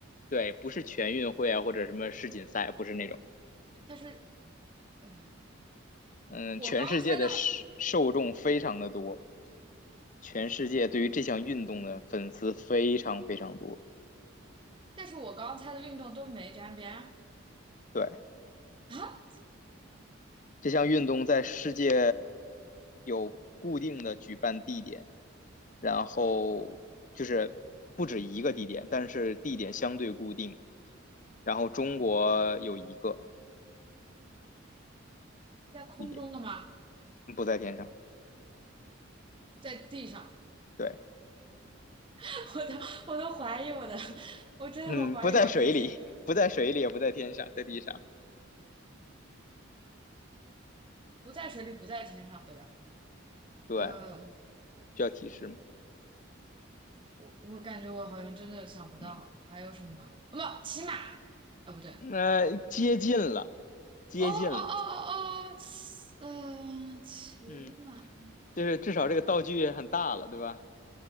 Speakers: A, on the left (about 40°); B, on the right (about 25°).
A: 对，不是全运会啊，或者什么世锦赛，不是那种。
B: 它是呃，
A: 嗯，
B: 我刚刚猜到，
A: 全世界的受受众非常的多，全世界对于这项运动的粉丝非常非常多。
B: 但是我刚刚猜的运动都没沾边儿
A: 对，
B: 啊，
A: 这项运动在世界有固定的举办地点，然后就是不止一个地点，但是地点相对固定。然后中国有一个
B: 在空中的吗？
A: 地点，不在天上。
B: 在地上，
A: 对，
B: <laughs> 我都我都怀疑我的，<laughs> 我真的很怀疑我自己，
A: 嗯，不在水里，不在水里，也不在天上，在地上。
B: 不在水里，不在天上，对吧？
A: 对，
B: 嗯。
A: 需要提示吗？
B: 我我感觉我好像真的想不到还有什么，
A: 嗯，
B: 哦，不，骑马，哦，不对，
A: 那接近了，接近了，
B: 哦哦哦哦哦，嗯、骑马，
A: 嗯，就是至少这个道具很大了，对吧？